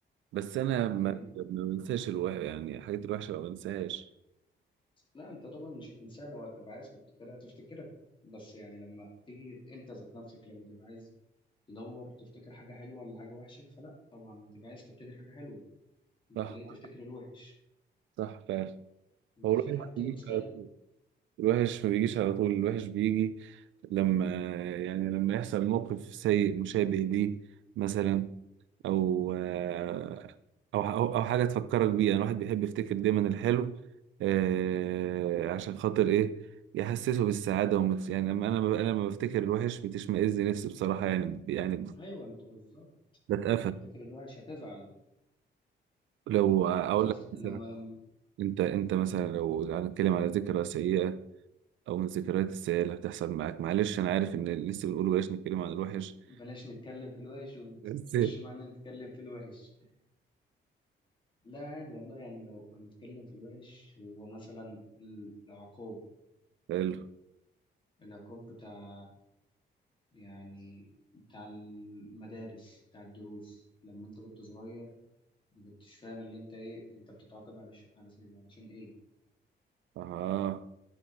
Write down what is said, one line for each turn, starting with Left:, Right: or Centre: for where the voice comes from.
Right: بس انا ما
Left: يعني
Right: ما بنساش الو... يعني الحاجات الوحشه ما بنساهاش
Left: لا انت طبعا مش هتنساها لو هتبقى عايز تفتكرها تفتكرها بس يعني لما تيجي انت ذات نفسك لما تبقى عايز تدور تفتكر حاجة حلوة ولا حاجة وحشة فلا طبعا هتبقى عايز تفتكر حاجة حلوة انت
Right: صح
Left: ليه تفتكر الوحش
Right: صح فعلا
Left: ده
Right: هو الوحش
Left: في حتى
Right: ما بيجيش
Left: نوستال
Right: على طول الوحش ما بيجيش على طول الوحش بيجي لما يعني لما يحصل موقف سيء مشابه ليه مثلا او آه، او او أو حاجه تفكرك بيه يعني الواحد بيحب يفتكر دايما الحلو آه، عشان خاطر ايه يحسسه بالسعاده ومت... يعني لما انا انا لما بفتكر الوحش بتشمئز نفسي بصراحه يعني يعني
Left: ايوه انت بالظبط
Right: بتقفل
Left: هتفتكر الوحش هتزعل
Right: لو اقول
Left: انت أصل...
Right: لك مثلا
Left: لو لما
Right: انت انت مثلا لو هنتكلم على ذكرى سيئه او من الذكريات السيئه اللي هتحصل معاك معلش انا عارف ان لسه بنقول بلاش نتكلم عن الوحش
Left: بلاش نتكلم في الوحش
Right: بس
Left: وتخش معانا نتكلم في الوحش لا عادي والله يعني لو هنتكلم في الوحش هو مثلا العقاب
Right: <laughs> حلو
Left: العقاب بتاع يعني بتاع المدارس بتاع الدروس لما انت كنت صغير ما كنتش فاهم اللي انت ايه انت بتتعاقب علش... علش... علشان ايه
Right: اه